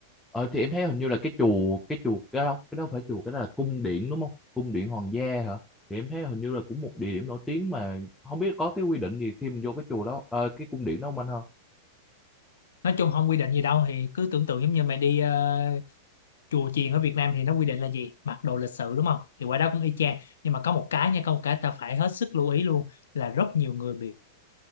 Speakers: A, in the centre; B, on the left.
A: ờ, thì em thấy hình như là cái chùa cái chùa cái đâu cái đâu phải chùa cái đó là cung điện đúng không cung điện hoàng gia hả thì em thấy hình như là cũng một địa điểm nổi tiếng mà không biết có cái quy định gì khi mình vô cái chùa đó ờ, cái cung điện đó không anh hả
B: nói chung không quy định gì đâu thì cứ tưởng tượng giống như mày đi ờ, chùa chiền ở Việt Nam thì nó quy định là gì mặc đồ lịch sự đúng không thì qua đó cũng y chang nhưng mà có một cái nha có một cái ta phải hết sức lưu ý luôn là rất nhiều người bị